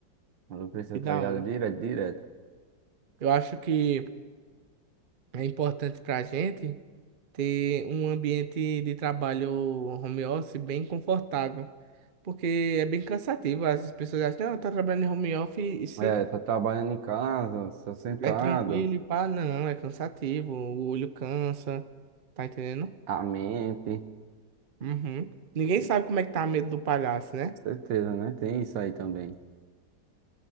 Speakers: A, on the right; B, on the right.
A: A luz precisa
B: que
A: estar
B: da
A: ligada
B: hora.
A: direto, direto.
B: Eu acho que é importante pra gente. ter um ambiente de trabalho home office bem confortável. Porque é bem cansativo. As pessoas acham, não, tá trabalhando em home office e se
A: É, tá trabalhando em casa, só sentado,
B: é tranquilo e pá, não, é cansativo, o olho cansa, tá entendendo?
A: a mente.
B: Uhum. Ninguém
A: Com
B: sabe como é que tá a medo do palhaço, né?
A: certeza, né? Tem isso aí também.